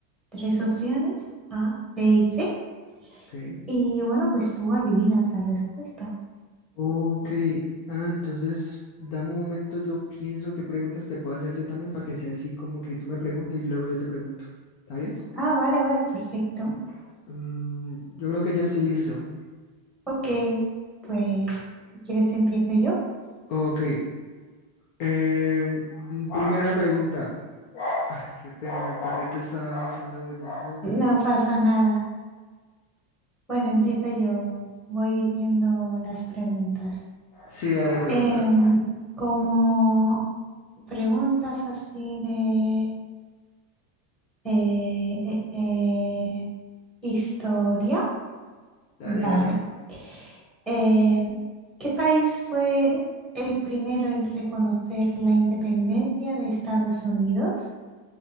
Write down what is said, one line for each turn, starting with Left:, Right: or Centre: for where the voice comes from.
Centre: tres opciones, A, B y C.
Left: Ok.
Centre: Y bueno, pues tú adivinas la respuesta.
Left: Ok, ah, entonces dame un momento, yo pienso qué preguntas te puedo hacer yo también para que sea así como que tú me preguntes y luego yo te pregunto. ¿Está bien?
Centre: Ah, vale, vale, perfecto.
Left: Ok. Mm, yo creo que ya estoy listo.
Centre: Ok, pues si quieres empiezo yo.
Left: Ok, em, mm, primera pregunta. Ah, qué pena, el perrito está haciendo bulla. Un momentico.
Centre: No pasa nada. Bueno, empiezo yo. Voy diciendo las preguntas.
Left: Sí, dale, pregúntame.
Centre: Em, como preguntas así de eh, eh, eh, historia,
Left: Dale,
Centre: vale.
Left: dale.
Centre: Em, ¿qué país fue el primero en reconocer la independencia de Estados Unidos?